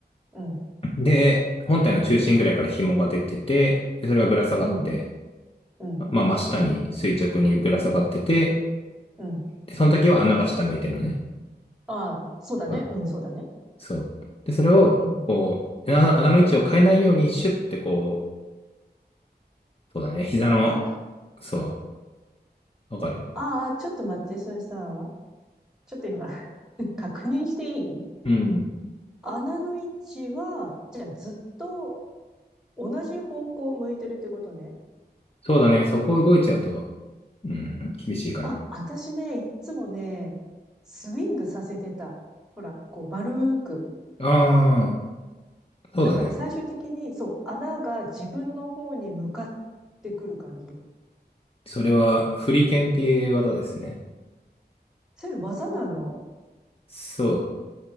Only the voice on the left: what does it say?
で、本体の中心ぐらいから紐が出てて、でそれがぶら下がって、
まあ、真下に垂直にぶら下がってて、
で、その時は穴が下向いてんのね。
そう
そう。で、それを、
こう、穴穴の位置を変えないようにシュッてこう、そうだね、膝の、
そう、わかる。
うん。
そうだね、そこ動いちゃうと、うん、厳しいから。
ああ、そうだね。
それは、フリケンっていう技ですね。
そ